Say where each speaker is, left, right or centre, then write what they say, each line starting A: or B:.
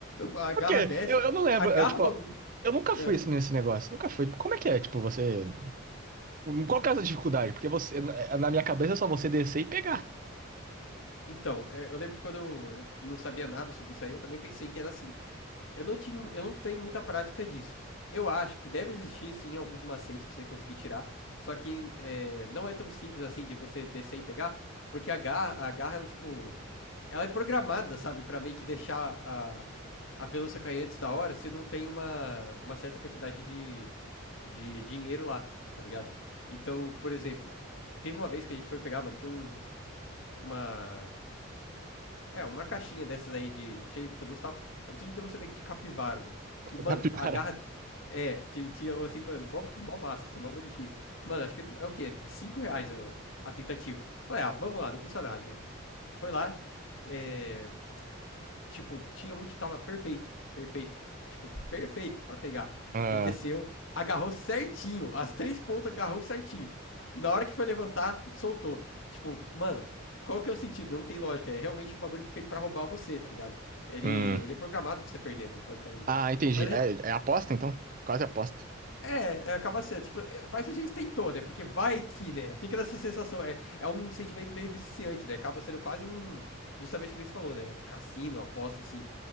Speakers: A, on the left (about 70°); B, on the right (about 40°).
A: a garra
B: Por quê?
A: desce,
B: Eu, eu não lembro,
A: agarra
B: eu, tipo,
A: o bagulho.
B: eu nunca
A: Não.
B: fui assim, nesse negócio, nunca fui. Como é que é, tipo, você... Qual que é essa dificuldade? Porque você, na é, na minha cabeça é só você descer e pegar
A: Então, é, eu lembro que quando eu, eu não sabia nada sobre isso aí, eu também pensei que era assim. Eu não tinha, eu não tenho muita prática disso. Eu acho que deve existir sim alguns macetes pra você conseguir tirar, só que é, não é tão simples assim de você descer e pegar, porque a garra, a garra ela tipo Ela é programada, sabe, pra meio que deixar a, a pelúcia cair antes da hora se não tem uma, uma certa quantidade de, de dinheiro lá, tá ligado? Então, por exemplo, teve uma vez que a gente foi pegar, mano, tinha um, uma. É, uma caixinha dessas aí de cheio de pelúcia e tal. Era tudo pelúcia meio que de capivara ali.
B: <laughs>
A: E, mano,
B: capivara.
A: a garra. É, ti- tinha assim, mano, mó, mó massa, assim, mó bonitinho. Mano, acho que é o quê? cinco reais o- a tentativa. Falei, ah, vamos lá, não custa nada, né? Foi lá, é, Tipo, tinha um que tava perfeito, perfeito, tipo, perfeito pra pegar.
B: Ah,
A: Ele desceu, agarrou certinho, as três pontas agarrou certinho. Na hora que foi levantar, soltou. Tipo, mano, qual que é o sentido? Não tem lógica. É realmente um bagulho feito pra roubar você, tá ligado? Ele,
B: hum.
A: ele é programado pra você perder, mano, basicamente.
B: Ah, entendi.
A: Mas
B: É, é aposta, então? Quase aposta.
A: é, é, acaba sendo. Tipo, é, mas a gente tentou, né? Porque vai que, né? Fica nessa sensação. É, é um sentimento meio viciante, né? Acaba sendo quase um. Justamente o que ele falou, né? Cassino, aposta, assim.